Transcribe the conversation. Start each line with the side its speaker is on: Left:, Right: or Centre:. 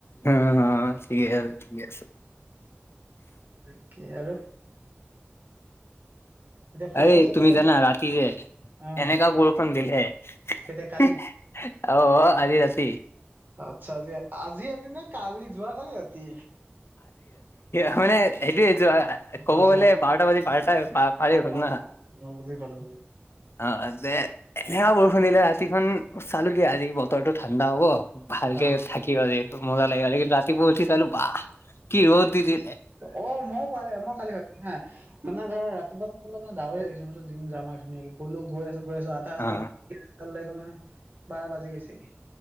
Left: অ অ', ঠিকে আছে, ঠিক আছে।
Right: একেই আৰু এতিয়া ফুৰিব
Left: আৰে
Right: চুৰিব
Left: তুমি
Right: যোৱা
Left: জানা
Right: নাই?
Left: ৰাতি যে
Right: অহ,
Left: এনেকা বৰখুন দিলে অ,
Right: কেতিয়া কালি?
Left: অ, আজি ৰাতি
Right: আচ্ছা আজি -আজি ৰাতি নে কালি যোৱা কালি ৰাতি?
Left: হয় নে
Right: অ',
Left: সেইটোয়ে ক'ব
Right: অ', যোৱা
Left: গ'লে
Right: কালি
Left: বাৰটা বাজি পাৰ চাৰ পাৰে
Right: অ',
Left: হল
Right: অ',
Left: না।
Right: অ', বুজি পালোঁ।
Left: অ ', এ শুনিলে ৰাতিখনন চালোগে আজি বতৰটো ঠাণ্ডা হব ভালকে
Right: অ',
Left: থাক মজা লাগিব কিু ৰাতিপুৱা উঠি চালো বাাহ কি ৰত দি দিল
Right: অ', মইও পাৰি মই কালি ভাবো হা মানে ধ ৰাতিপুৱা পাৰ ডাাৱৰে লাগিছেিম যাম আৰু ধুনীয়াকে গ'লো গৈ আছো গৈ আছো আধা ৰাস্তা
Left: অ',
Right: লাগ গল নহয় বাৰ বাজি গৈছে কি